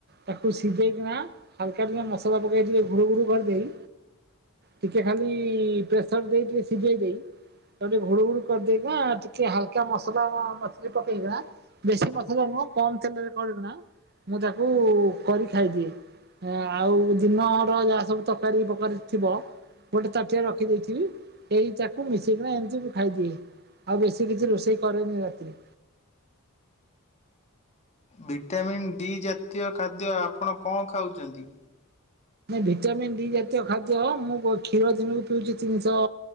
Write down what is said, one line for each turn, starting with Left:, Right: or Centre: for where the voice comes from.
Right: ତାକୁ ସିଝେଇକିନା ହାଲକା ମସଲା ପକେଇେ ଘୁରୁ ଘୁରୁ କରିଦେବି। ଟିକେ ଖାଲି ପ୍ରେସର ଦେଇ ସିଝେଇ ଦେଇ ତା ଟିକେ ଘୁଡ଼ୁ ଘୁଡ଼ୁ କରିଦେଇକିନା ଟିକେ ହାଲକା ମସଲା ମଛଲି ପକେଇକିନା ବେଶୀ ମସଲା ନୁହଁ ଭିଜେଇ ଦେଇ ତାକୁ ଟିକେ ଘୁରୁ ଘୁରୁ କରିଦେଇକିନା ଟିକେ ହାଲକା ମସଲା ହସିଲି ପକେଇକିନା ବେଶି ମସଲା ନୁହଁ କମ ତେଲରେ କରିକିନା ମୁଁ ତାକୁ କରି ଖାଇଦିଏ। ଆଉ ଦିନର ଯାହା ସବୁ ତରକାରୀ ବକାରୀ ଥିବ ଗୋଟେ ତାଟିଆରେ ରଖି ଦେଇଥିବି। ଏଇ ତାକୁ ମିଶେଇକିନା ଏମିତି ବି ଖାଇଦିଏ। ଆଉ ବେଶୀ କିଛି ରୋଷେଇ କରେନି ରାତିରେ।
Left: ଭିଟାମିନ୍ ଡି ଜାତୀୟ ଖାଦ୍ୟ ଆପଣ କଣ ଖାଉଛନ୍ତି।
Right: ଭିଟାମିନ୍ ଡି ଜାତୀୟ ଖାଦ୍ୟ ମୁଁ କ୍ଷୀର ଦିନକୁ ପିଉଛି ତିନିଶହ